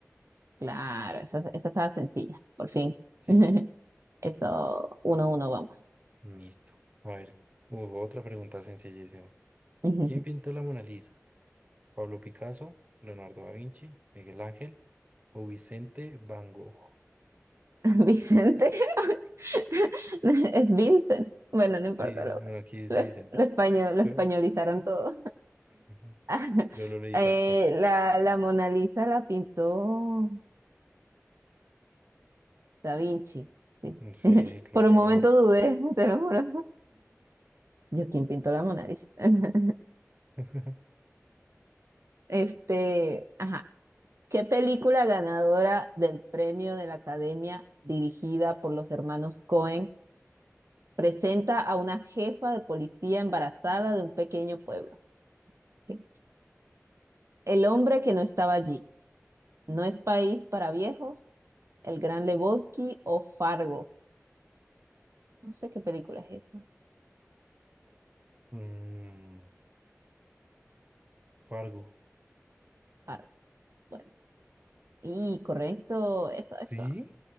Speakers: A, on the right; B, on the right.
A: Claro, esa, esa estaba sencilla, por fin.
B: Sí,
A: <laughs> Eso, uno a uno, vamos.
B: listo. A ver, hubo otra pregunta sencillísima.
A: <laughs>
B: ¿Quién pintó la Mona Lisa? ¿Pablo Picasso, Leonardo da Vinci, Miguel Ángel o Vicente Van Gogh?
A: Vicente, <laughs> es Vincent. Bueno, no
B: Sí,
A: importa,
B: bueno,
A: lo,
B: aquí dice
A: lo,
B: Vicente.
A: lo español, lo
B: Yo,
A: españolizaron todo.
B: ujú,
A: <laughs>
B: yo lo leí
A: Eh,
B: tal cual.
A: la, la Mona Lisa la pintó Da Vinci. Sí,
B: Sí, claro.
A: Por un momento dudé, <laughs> te lo juro. Yo, ¿quién pintó la Mona Lisa? <laughs>
B: <laughs>
A: Este, ajá. ¿Qué película ganadora del premio de la Academia dirigida por los hermanos Cohen presenta a una jefa de policía embarazada de un pequeño pueblo? ¿Ok? El hombre que no estaba allí. No es país para viejos. El Gran Lebowski o Fargo. No sé qué película es esa.
B: Mm, Fargo.
A: Fargo. Bueno. Y correcto, eso, eso.
B: Sí,